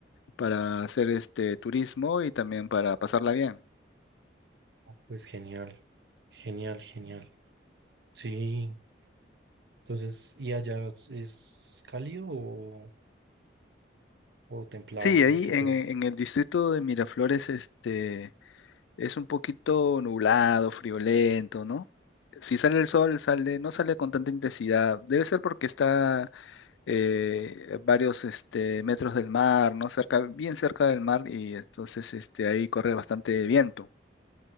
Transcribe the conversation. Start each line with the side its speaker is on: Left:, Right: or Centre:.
Left: para hacer este turismo y también para pasarla bien.
Right: pues genial, genial, genial. Sí, entonces, ¿y allá es es cálido o, o templado
Left: Sí,
Right: más
Left: ahí
Right: que todo?
Left: en, e- en el distrito de Miraflores, este, es un poquito nublado, friolento, ¿no? Si sale el sol, sale, no sale con tanta intensidad. Debe ser porque está eh, varios este, metros del mar, ¿no? Cerca, bien cerca del mar y entonces este, ahí corre bastante viento.